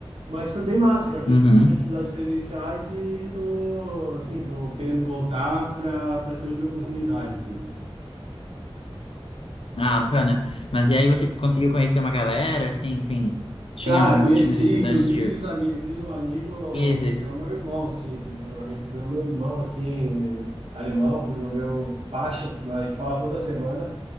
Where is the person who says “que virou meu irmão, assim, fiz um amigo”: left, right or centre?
Right